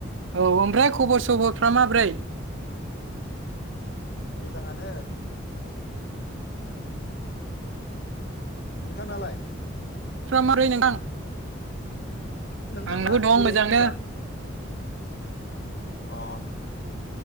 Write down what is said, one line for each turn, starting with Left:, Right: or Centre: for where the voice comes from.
Right: औ ओमफ्राय खबर सबरफ्रा माब्रै?
Left: मोजाङानो नोंथांना लाय
Right: फ्रा मारै नोंथां
Left: नोंथांना
Right: आंबो दं
Left: बोरै
Right: मोजांनो
Left: खबरा? अ